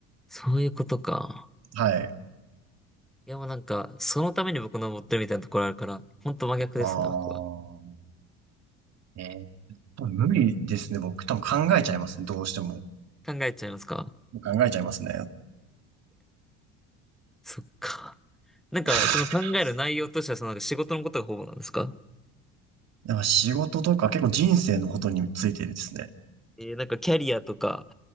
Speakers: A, in the centre; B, on the right.
A: そういうことか。
B: はい。
A: いや、もうなんか、そのために僕登ってるみたいなところあるから、ほんと真逆ですね、
B: ああ。
A: 僕は。
B: えー多分無理ですね。僕多分考えちゃいますね。どうしても。
A: 考えちゃいますか
B: 考えちゃいますね。
A: そっか。なんか、
B: <laughs>
A: その考える内容としては、そのなんか仕事のことがほぼなんですか
B: だか仕事とか結構人生のことについてですね。
A: えー、なんかキャリアとか、